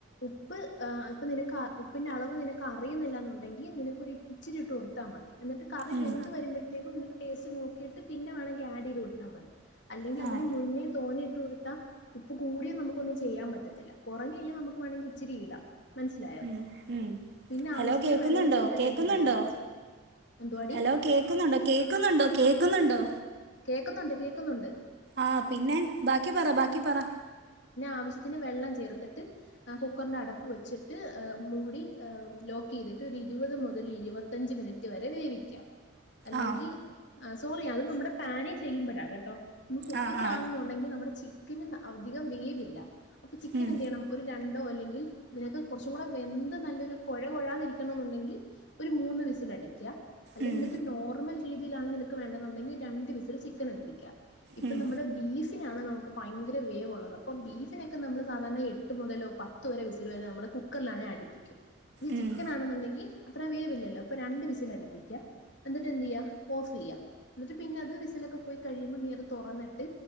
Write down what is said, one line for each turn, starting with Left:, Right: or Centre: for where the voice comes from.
Left: ഉപ്പ് അപ്പം നിനക്ക് ഉപ്പിൻ്റെ അളവ് നിനക്ക് അറിയുന്നില്ല എന്നുണ്ടെങ്കിൽ നിനക്കൊരു ഇച്ചിരി ഇട്ട് കൊടുത്താൽ മതി എന്നിട്ട് കറി
Right: ഉം
Left: വെന്ത് വരുമ്പോഴത്തേക്കും നിക്ക് ടേസ്റ്റ് നോക്കിയിട്ട് പിന്നെ വേണമെങ്കിൽ ആഡ് ചെയ്ത് കൊടുത്താൽ മതി അല്ലെങ്കിൽ അതിന്
Right: ആഹ്
Left: മുന്നേ തോന്നെയിട്ട് കൊടുക്ക ഉപ്പ് കൂടിയ നമുകൊന്നും ചെയ്യാൻ പറ്റത്തില്ല കുറഞ്ഞു കഴിഞ്ഞാൽ നമുക്ക് വേണമെങ്കിൽ ഇച്ചിരി ഇടാം മനസ്സിലായോ
Right: ഉം ഉം
Left: പിന്നെ ആവശ്യത്തിന്
Right: ഹലോ കേക്കുന്നുണ്ടോ
Left: വെള്ളം ചേർത്തിട്ട്
Right: കേക്കുന്നുണ്ടോ
Left: എന്ത് ചെയ്യാ എന്തുവാടി
Right: ഹലോ കേക്കുന്നുണ്ടോ കേക്കുന്നുണ്ടോ കേക്കുന്നുണ്ടോ
Left: കേക്കുന്നുണ്ട് കേക്കുന്നുണ്ട്
Right: ആ പിന്നെ ബാക്കി പറ ബാക്കി പറ
Left: ആവശ്യത്തിന് വെള്ളം ചേർത്തിട്ട് ആ കുക്കറിഅടപ്പ് വെച്ചിട്ട് മൂടി ആ ലോക്ക് ചെയ്തിട്ട് ഒരു ഇരുപത് - ഇരുപത് മുതൽ ഇരുപത്തഞ്ച് മിനിറ്റ് വരെ വേവിക്കാം അല്ലെങ്കിൽ
Right: ആ
Left: സോറി അത് നമ്മുടെ പാനേ ചെയ്യുമ്പോഴാ കേട്ടോ നമ്മ കുക്കറിലാണെന്നുണ്ടെങ്കിൽ
Right: ആ ആ
Left: നമ്മുടെ ചിക്കന് അധികം വേവില്ല അപ്പൊ ചിക്കൻ
Right: ഉം
Left: എന്ത് ചെയ്യണം ഒരു രണ്ട് അല്ലെങ്കിൽ നിനക്ക് കുറച്ചും കൂടെ വെന്ത് നല്ലൊരു കുഴ കൊഴാനിരിക്കണം എന്നുണ്ടെങ്കിൽ ഒരു മൂന്ന് വിസിൽ അടും അല്ല
Right: ഉം
Left: നിനക്ക് നോർമൽ രീതിയിലാണ് നിനക്ക് വേണ്ടെന്നുണ്ടെങ്കിൽ രണ്ടു വിസൽ ചിക്കൻ എടുപ്പിക്കാം ഇപ്പൊ
Right: ഉം
Left: നമ്മുടെ ബീഫ് ബീഫിനാണ് നമുക്ക് ഭയങ്കര വേവുള്ളത് അപ്പോൾ ബീഫിനൊക്കെ നമ്മൾ സാധാരണ എട്ട് മുതലോ പത്ത് വരെ വിസിൽ വരെ നമ്മൾ കുക്കറിലാണ അടിപ്പിക്കും ഒരു
Right: ഉം
Left: ചിക്കൻ ആണെന്നുണ്ടെങ്കിൽ അത്ര വേവില്ലല്ലോ ഇപ്പൊ രണ്ട് വിസിൽ അടിപ്പിക്കുക എന്നിട്ട് എന്ത് ചെയ്യ പോഫ് ചെയ്യ എന്നിട്ട് പിന്നെ അത് വിസിലൊക്കെ പോയി കഴിയുമ്പോ നീർ തുറന്നിട്ട്